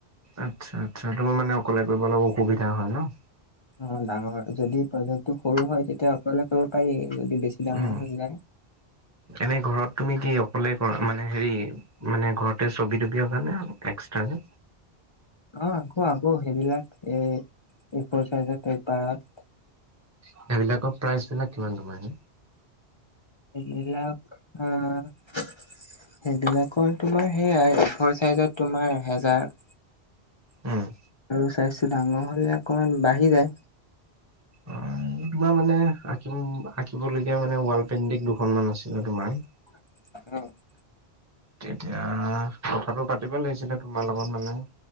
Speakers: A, on the right; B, on the left.
A: আচ্ছা-আচ্ছা তুমি মানে অকলে কৰিবলে অসুবিধা হয় ন'?
B: অ,, ডাঙৰ যদি প্ৰজেক্টটো সৰু হয় তেতিয়া <unintelligible> পাৰি যদি বেছি ডাঙৰ
A: উম,
B: হৈ যায়
A: এনে ঘৰত তুমি কি অকলে কৰা মানে হেৰি মানে ঘৰতে ছবি -তবি অকানে এক্সট্ৰাক?
B: অ, আকৌ -আকৌ সেইবিলাক এ এফৰ চাইজৰ পেপাৰত
A: সেইবিলাকৰ প্ৰাইচ বিলাক কিমান তোমাৰ এনে?
B: এইবিলাক আ সেইবিলাকৰ তোমাৰ সেয়াই ফৰ চাইজত তোমাৰ এহেজাৰ।
A: উম,
B: অ, চাইজটো ডাঙৰ হৈ যায় অকণমান বাঢ়ি যায়।
A: অ, তোমাৰ মানে আঁকিম-আঁকি এইবোৰ লৈ মানে ৱাল পেইণ্টিং দুখনমান আছিলে তোমাৰ
B: <unintelligible>
A: তেতিয়া কথাটো পাতিব লাগিছিলে তোমাৰ লগত মানে। অ,